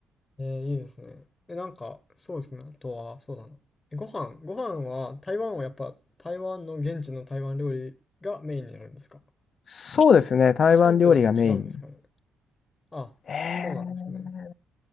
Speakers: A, on the left; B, on the left.
A: えー、いいですね。え、なんか、そうですね。あとは、そうだな。えご飯、ご飯は、台湾はやっぱ、台湾の現地の台湾料理がメインになるんですか
B: そうですね、台湾料理がメイン。
A: 都市部だと違うんですかね。あ、
B: へえ
A: そうなんですね。